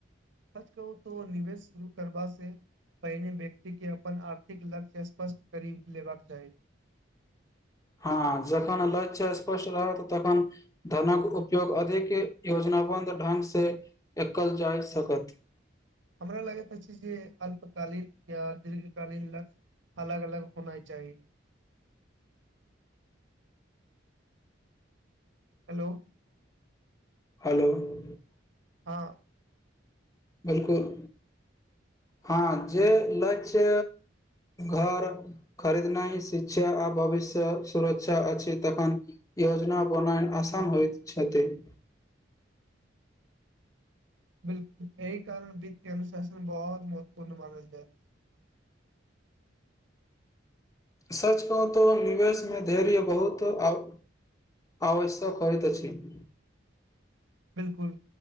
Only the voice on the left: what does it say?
हां जखन लक्ष्य स्पष्ट रहत तखन धनक उपयोग अधिक योजनाबद्ध ढ़ंग एकल जाय सकत। <unintelligible>
हलो। <unintelligible>
बिल्कुल हां जे लक्ष्य घर खरीदनाय शिक्षा आ भविष्य सुरक्षा अछि तखन योजना होनाय आसान होएत छथि। <unintelligible>
सच कहू तऽ निवेशमे धैर्य बहुत आव आवश्यक होइत अछि। <unintelligible>